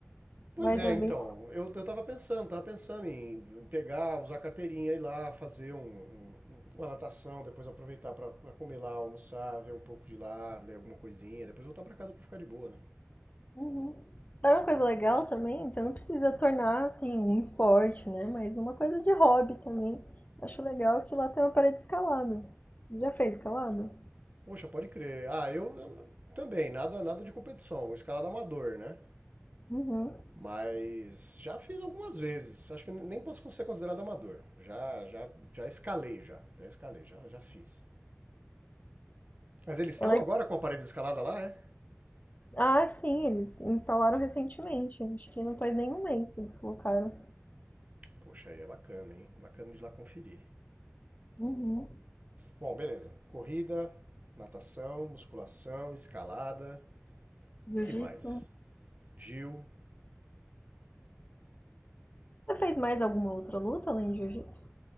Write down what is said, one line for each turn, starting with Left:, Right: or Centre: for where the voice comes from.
Right: Pois
Left: Mas
Right: é,
Left: é
Right: então,
Left: bem.
Right: eu, eu tava pensando, tava pensando em pegar, usar a carteirinha, ir lá fazer um- um- uma natação, depois aproveitar pra pra comer lá, almoçar, ver um pouco de lá, ler alguma coisinha, depois voltar pra casa pra ficar de boa, né?
Left: Uhum. Sabe uma coisa legal também? Você não precisa tornar assim um esporte, né? Mas uma coisa de hobby também. Acho legal que lá tem uma parede escalada. Já fez escalada?
Right: Poxa, pode crer. Ah, eu, eu também, nada, nada de competição, escalada amador, né?
Left: Uhum.
Right: Mas já fiz algumas vezes, acho que nem posso ser considerado amador. Já, já, já escalei, já, já escalei, já, já fiz. Mas eles estão
Left: É legal.
Right: agora com o aparelho de escalada lá, é?
Left: Ah, sim, eles instalaram recentemente. Acho que não faz nenhum mês que eles colocaram.
Right: Poxa, aí é bacana, hein? Bacana de ir lá conferir.
Left: Uhum.
Right: Bom, beleza. Corrida, natação, musculação, escalada,
Left: Jiu-jitsu.
Right: que mais? Gil.
Left: Você fez mais alguma outra luta além de jiu-jitsu?